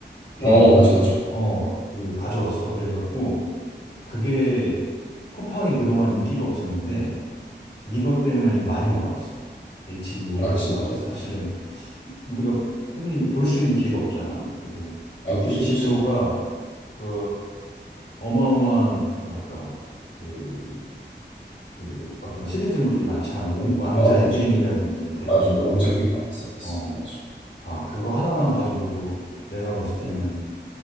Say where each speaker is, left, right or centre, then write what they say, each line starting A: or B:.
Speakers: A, on the left; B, on the left.
A: 걔네들이,
B: 어 맞아 맞아
A: 어, 그, 가져왔어. 그래갖고, 그게 쿠팡이 그동안 인기가 없었는데 이것 때문에 지금 많이 올라왔어. HBO가
B: 아 진짜
A: 사실은 우리가 흔히 볼 수 있는 기회가 없잖아. 그리고
B: 아 그치
A: HBO가
B: 그치
A: 그 어마어마한 뭐랄까 그, 그 어떤 시리즈물이 많잖아. 왕- 왕자의
B: 아 그치
A: 게임이라든지
B: 그치
A: 대표적으로
B: 맞아 맞아. 왕자 게임 봤어 봤어
A: 어,
B: 맞아
A: 아 그거 하나만 가지고도 내가 봤을 때는
B: 음.